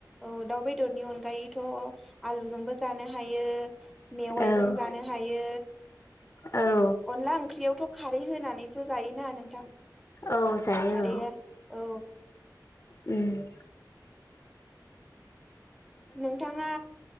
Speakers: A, in the centre; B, on the left.
A: औ दाउ बेदरनि अनगायैथ आलु जोंबो जानो हायो, मेवाइजों
B: औ
A: जानो हायो,
B: औ
A: अनला ओंख्रियावथ खारै होनानै जायोना नोंथां?
B: औ जायो
A: खारैया
B: औ।
A: औ
B: उम <inaudible>
A: नोंथाङा